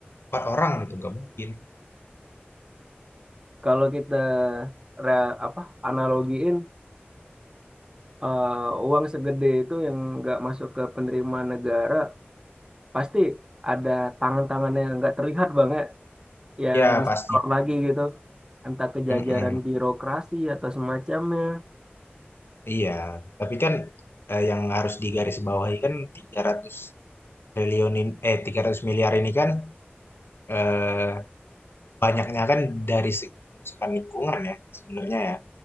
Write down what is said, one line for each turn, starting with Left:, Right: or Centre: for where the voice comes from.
Left: empat orang gitu, nggak mungkin.
Right: Kalau kita re- apa analogiin eh, uang segede itu yang nggak masuk ke penerima negara, pasti ada tangan-tangan yang nggak terlihat banget yang
Left: Ya,
Right: disetor
Left: pasti.
Right: lagi gitu. Entah kejajaran
Left: Mm-mm.
Right: birokrasi atau semacamnya.
Left: Iya, tapi kan eh, yang harus digarisbawahi kan 300 triliun ini, eh 300 miliar ini kan eh Banyaknya kan dari segi kerusakan lingkungan ya, sebenarnya ya.